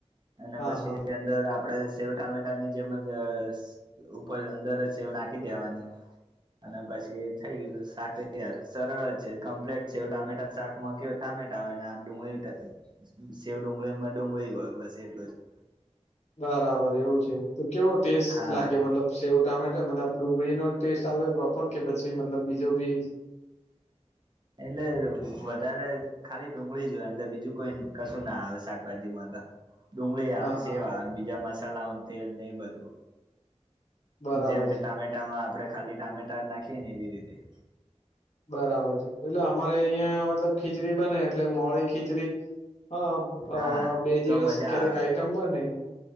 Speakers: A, on the right; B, on the left.
A: અને
B: હા
A: પછી
B: હા હા
A: એઅંદર આપડે જ સેવ ટામેટાની જેમ જ ઉપર અંદર જ સેવ નાખી દેવાની અને પછી થઈ ગયું શાક સરળ જ છે કમ્પ્લેટ છે શેવ ટામેટા શાકમાં કેવું ટામેટા હોય ને આ ડુંગળી શેવ ડુંગળીમાં ડુંગળી હોય બસ એટલું જ
B: બરાબર એવું છે. તો કેવો ટેસ્ટ
A: હા
B: લાગે મતલબ? સેવ ટામેટા મતલબ ડુંગળીનો ટેસ્ટ આવે પ્રોપર કે પછી મતલબ બીજો બી?
A: એટલે વધારે ખાલી ડુંગળી જ હોય એટલે બીજું કોઈ કશું ના આવે શાકભાજીમાં ત ડુંગળી આવે
B: હા
A: ને
B: હા
A: સેવ આવે
B: હા
A: બીજા મસાલાઓ તેલ ને એ બધું
B: બરાબર
A: જેમ કે
B: છે
A: ટામેટામાં આપડે ખાલી ટામેટા જ નાખીએ ને એવી રીતે
B: બરાબર છે એટલે અમારે અયાં મતલબ ખીચડી બને એટલે મોળી ખીચડી હ
A: હા
B: બે દિવસ
A: તો મજા
B: ક્યારેક
A: આવે
B: આઈટમ બને